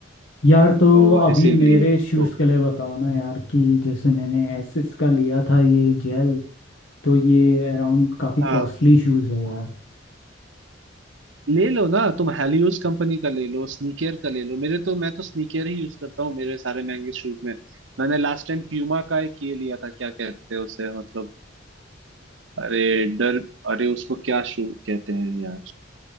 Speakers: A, on the left; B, on the right.
A: यार तो
B: तो
A: अभी
B: इसीलिए
A: मेरे शूज़
B: तो
A: के लिए बताओ ना यार कि जैसे मैंने एसिस का लिया था ये जेल तो ये अराउंड काफ़ी
B: हाँ
A: कॉस्टली शूज़ है यार
B: ले लो ना तुम हेलियोस कंपनी का ले लो स्नीकर का ले लो मेरे तो मैं तो स्नीकर ही यूज करता हूँ मेरे सारे महंगे शूज में मैंने लास्ट टाइम प्यूमा का एक ये लिया था क्या कहते हैं उसे मतलब अरे डर अरे उसको क्या शू कहते हैं यार